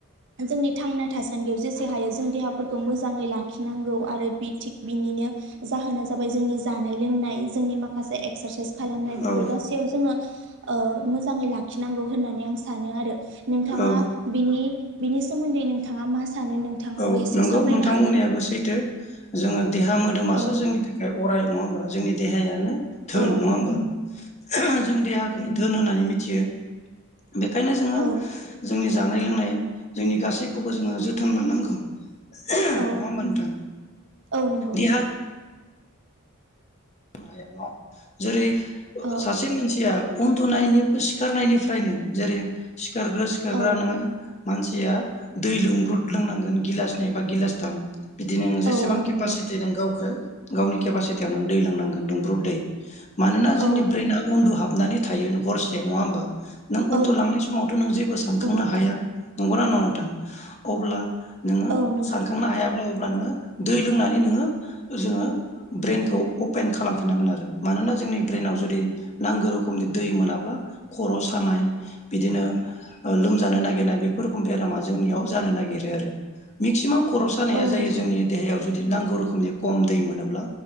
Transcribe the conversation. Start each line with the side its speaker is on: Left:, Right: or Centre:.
Right: जोंनि थांना थासान्दियाव जेसे हायो जों देहाफोरखौ मोजाङै लाखिनांगौ आरो बि थिग बिनिनो जाहोना जाबाय जोंनि जानाय लोंनाय। जोंनि माखासे एक्सारसाइस खालामनाय बेफोर
Left: औ
Right: गासैयाव जोङो ओ मोजाङै लाखिनांगौ होननानै आं सानो आरो नोंथाङा
Left: औ
Right: बिनि नि बिनि सोमोन्दै नोंथाङा मा सानो नोंथाङाबो
Left: औ
Right: एसे
Left: नंगौ
Right: सावरायनो
Left: नोंथां
Right: हागोन
Left: बुंनायाबो सैथो। जोङो देहा मोदोमासो
Right: औ
Left: जोंनि थाखाय अराय नङा होमबा? जोंनि देहायानो धोन
Right: औ
Left: नङा होमबा? जों देहाखौनो धोन होननानै मि थियो। बेखायनो जोङो
Right: औ
Left: जोंनि जानाय लोंनाय जोंनि गासैखौबो जोङो जोथोन लानांगौ । नङा
Right: औ
Left: होमबा नोथां?
Right: औ नंगौ
Left: देहा हाया नङा। जेरै ओ
Right: औ
Left: सासे मानसिया उन्दुनायनि सिखारनायनिफ्रायनो जे जेरै सिखारग्रो सिखारग्रा
Right: औ
Left: नोङो मानसिया दै लुंब्रुद लोंनांगोन गिलासनै बा गिलासथाम बिदि नों जेसेबां
Right: औ नंगौ
Left: केपासिटि दों गावखौ गावनि केपासिटियाव नों दै लोंनांगोन दुंब्रुद दै। मानोना जोंनि
Right: औ
Left: ब्रेना उन्दु हाबनानै थायो हरसे नङा होमबा? नों उन्दुलांनाय
Right: औ
Left: समाव थ' नों जेबो सानखांनो
Right: नंगौ
Left: हाया नंगौना नङा नोंथां? अब्ला नोङो
Right: औ नंगौ
Left: सानखांनो हायाब्ला अब्ला नोङो दै लोंनानै नोङो, जोङो ब्रेनखौ अपेन खालामफिनांगोन आरो मानोना जोंनि ब्रेनाव जुदि नांगौ रोखोमनि दै मोनाब्ला खर' सानाय बिदिनो ओ लोमजानो नागिरनाय बेफोर रोखोम बेरामा जोंनियाव जानो नागिरो आरो। मेक्सिमाम खर' सानाया
Right: औ
Left: जायो
Right: नंगौ
Left: जोंनि देहायाव जुदि नांगौ रोखोमनि खम दै मोनोब्ला